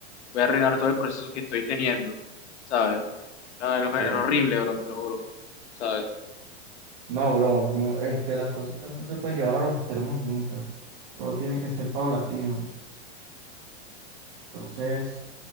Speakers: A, on the left; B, on the right.
A: voy a arruinar todo el proceso que estoy teniendo, ¿sabes? Ah, Era
B: sí.
A: era horrible, bro, te lo juro, ¿sabes?
B: No, bro, no, este, las cosas no se pueden llevar a los extremos nunca. Todo tiene que ser paulatino. Entonces,